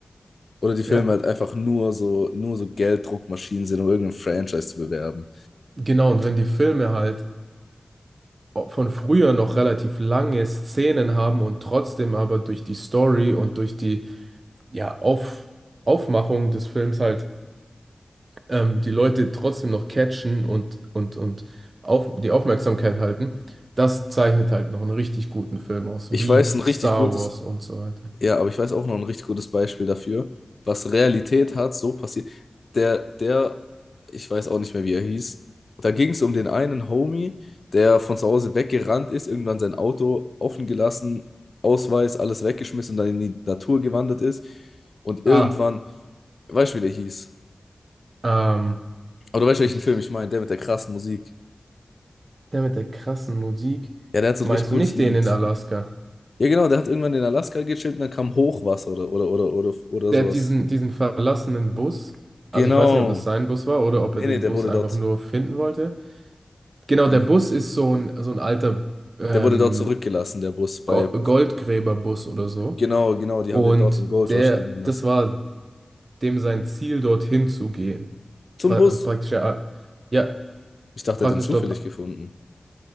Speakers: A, on the left (about 65°); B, on the right (about 55°).
A: oder die Filme
B: ja,
A: halt einfach nur so, nur so Gelddruckmaschinen sind, um irgendein Franchise zu bewerben.
B: genau, und wenn die Filme halt von früher noch relativ lange Szenen haben und trotzdem aber durch die Story und durch die ja, Auf, Aufmachung des Films halt ähm, die Leute trotzdem noch catchen und, und, und auf, die Aufmerksamkeit halten, das zeichnet halt noch einen richtig guten Film aus,
A: Ich
B: wie
A: weiß, ein richtig
B: Star
A: gutes,
B: Wars und so weiter.
A: Ja, aber ich weiß auch noch ein richtig gutes Beispiel dafür, was Realität hat, so passiert. Der, der, ich weiß auch nicht mehr, wie er hieß. Da ging es um den einen Homie, der von zu Hause weggerannt ist, irgendwann sein Auto offen gelassen, Ausweis, alles weggeschmissen und dann in die Natur gewandert ist. Und
B: Ah,
A: irgendwann, weißt du, wie der hieß?
B: ähm,
A: Aber du weißt, welchen
B: ich
A: Film ich meine, der mit der krassen Musik.
B: Der mit der krassen Musik.
A: Ja, der hat so
B: Meinst
A: ein richtig cooles
B: du nicht
A: Lied.
B: den in Alaska?
A: Ja, genau, der hat irgendwann in Alaska gechillt und dann kam Hochwasser oder, oder, oder, oder, oder
B: Der
A: sowas.
B: hat diesen, diesen verlassenen Bus.
A: Genau.
B: Also ich weiß nicht, ob das sein Bus war oder ob
A: Nee,
B: er den
A: nee, der
B: Bus
A: wurde
B: einfach
A: dort.
B: nur finden wollte. Genau, der
A: Den,
B: Bus ist so ein, so ein alter ähm,
A: der wurde dort zurückgelassen, der Bus. Bei,
B: Go- Goldgräberbus oder so.
A: genau, genau, die
B: Und
A: haben den dort im Gold
B: der,
A: Rush liegen gelassen.
B: das war dem sein Ziel, dorthin zu gehen.
A: Zum
B: Pra
A: Bus.
B: äh, praktisch, ja, ja,
A: Ich dachte,
B: praktisch
A: er hat den zufällig
B: dort
A: gefunden.